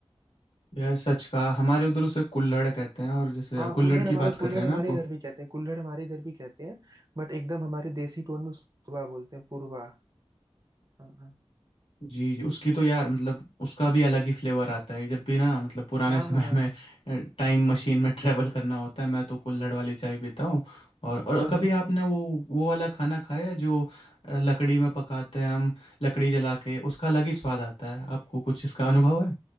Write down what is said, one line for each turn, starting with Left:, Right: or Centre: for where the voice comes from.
Left: यार सच कहा हमारे उधर उसे कुल्हड़ कहते हैं और जैसे
Right: हाँ
Left: कुल्हड़
Right: कुल्हड़
Left: की
Right: हमारे
Left: बात
Right: कुल्हड़
Left: कर रहे हैं
Right: हमारे
Left: ना आप
Right: इधर भी कहते हैं कुल्हड़ हमारे इधर भी कहते हैं बट एकदम हमारे देसी टोन में पुरवा बोलते हैं पुरवा हाँ हाँ
Left: जी जी उसकी तो यार मतलब उसका भी अलग ही फ्लेवर आता है जब भी ना मतलब पुराने
Right: हाँ
Left: <laughs> समय में टाइम मशीन में ट्रेवल करना होता है मैं तो कुल्हड़ वाली चाय पीता हूँ और और
Right: हाँ
Left: कभी
Right: हाँ। हाँ।
Left: आपने वो वो वाला खाना खाया है जो अ, लकड़ी में पकाते हैं हम लकड़ी जला के उसका अलग ही स्वाद आता है आपको कुछ इसका अनुभव है